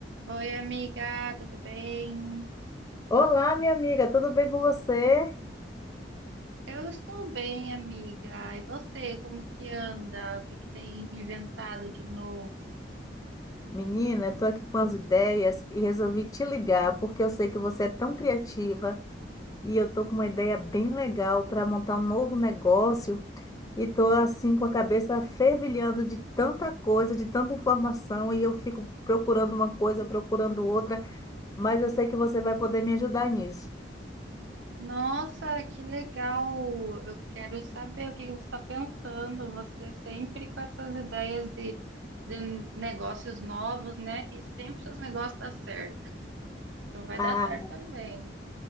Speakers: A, on the right; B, on the left.
A: Oi, amiga, tudo bem?
B: Olá, minha amiga, tudo bem com você?
A: Eu estou bem, amiga. E você, como que anda? O que que tem inventado de novo?
B: Menina, estou aqui com as ideias e resolvi te ligar porque eu sei que você é tão criativa e eu estou com uma ideia bem legal para montar um novo negócio e estou assim com a cabeça fervilhando de tanta coisa, de tanta informação e eu fico procurando uma coisa, procurando outra, mas eu sei que você vai poder me ajudar nisso.
A: Nossa, que legal! Eu quero saber o que que você está pensando. Você sempre com essas ideias de, de negócios novos, né? E sempre seus negócios dão certo. Então vai
B: Ah,
A: dar certo também.